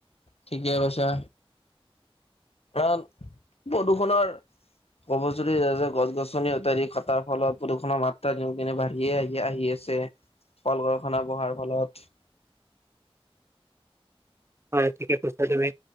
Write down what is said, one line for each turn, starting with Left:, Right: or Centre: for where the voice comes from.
Left: ঠিকে কৈছা। ৰান প্ৰদূষণৰ কব যদি যে গছ -গছনি অতাৰি কটাৰ ফলত প্ৰদূষণৰ মাত্ৰা দিনক দিনে বাঢ়িয়ে আহি আহি আছে। চে, কল কৰখনা বহাৰ ফলত।
Right: <inaudible> হয় ঠিকে কৈছা তুমি।